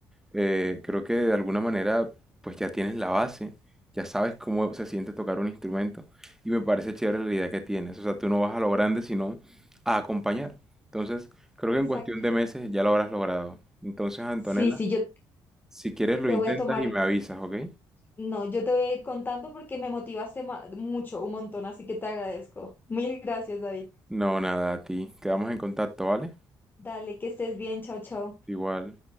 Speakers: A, in the centre; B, on the left (about 25°).
A: Eh, creo que de alguna manera pues ya tienes la base, ya sabes cómo se siente tocar un instrumento y me parece chévere la idea que tienes. O sea, tú no vas a lo grande sino a acompañar. Entonces, creo
B: Exacto.
A: que en cuestión de meses ya lo habrás logrado. Entonces, Antonella,
B: Sí, sí, yo
A: si quieres lo
B: te
A: intentas
B: voy a tomar,
A: y me avisas, ¿ok?
B: no, yo te voy a ir contando porque me motivaste ma- mucho, un montón, así que te agradezco. Mil gracias, David.
A: No, nada, a ti. Quedamos en contacto, ¿vale?
B: Dale, que estés bien, chao, chao.
A: Igual.